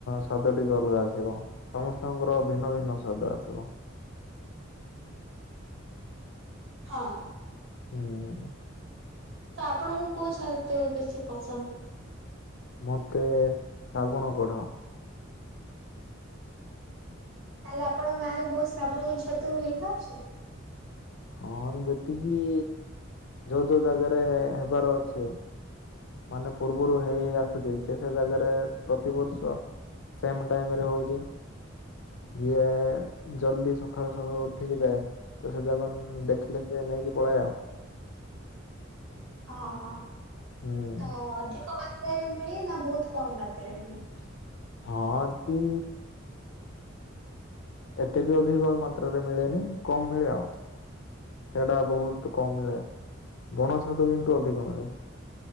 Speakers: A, on the left; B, on the right.
A: ସ୍ୱାଦ ଟିକେ ଅଲଗା ଆସିବ ସମସ୍ତଙ୍କର ଭିନ୍ନ ଭିନ୍ନ ସ୍ୱାଦ ଆସିବ।
B: ହଁ।
A: ହୁଁ।
B: ତ ଆପଣଙ୍କୁ କୋଉ <unintelligible> ତ ବେଶୀ ପସନ୍ଦ।
A: ମୋତେ ଶ୍ରାବଣ କଢ।
B: ତାହେଲେ ଆପଣଙ୍କ ଗାଁରେ ବହୁ ଶ୍ରାବଣୀଙ୍କ ଛତୁ ହେଇଥାଉଛି।
A: ହଁ ଯେତିକି ଯୋଉ ଯୋଉ ଜାଗାରେ ହେବାର ଅଛି। ମାନେ ପୂର୍ବରୁ ହେଇ ଆସୁଛି ସେ ସେ ଜାଗାରେ ପ୍ରତିବର୍ଷ ସେମ୍ ଟାଇମ୍ ରେ ହଉଛି। ଯିଏ ଜଲଦି ସକାଳୁ ସକାଳୁ ଉଠିକି ଯାଏ। ତ ସେ ଯାଗନ ଦେଖିଲେ ସେ ନେଇକି ପଳେଇ ଆଉ।
B: ଓ ହଁ
A: ହୁଁ
B: ତ ଅଧିକ ମାତ୍ରାରେ ମିଳେ ନା ବହୁତ କମ୍ ମାତ୍ରାରେ ମିଳେ।
A: ହଁ ଏମିତି ଏତେ ବି ଅଧିକ ମାତ୍ରାରେ ମିଳେନି କମ୍ ମିଳେ ଆଉ। ସେଟା ବହୁତ୍ କମ୍ ମିଳେ ବଣ ଛତୁ କିନ୍ତୁ ଅଧିକ ମିଳେ।